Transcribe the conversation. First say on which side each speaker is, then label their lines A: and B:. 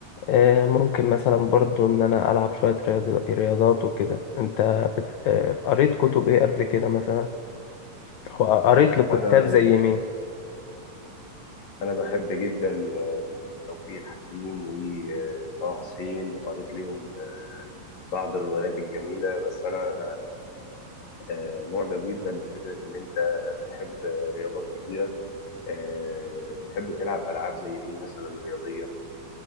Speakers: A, on the left (about 80°); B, on the left (about 50°).
A: آه، ممكن مثلا برضو إن أنا ألعب شوية رياض- رياضات وكده أنت بت... آه، قريت كتب إيه قبل كده مثلا؟ أو قريت لكتاب
B: انا
A: زي مين؟
B: انا بحب جدا آه، توفيق الحكيم وطه حسين وقريت لهم بعض الروايات الجميلة بس أنا آه، معجب جدا بفكرة إن أنت بتحب رياضات كتيرة آه، بتحب تلعب ألعاب زي إيه مثلا رياضية؟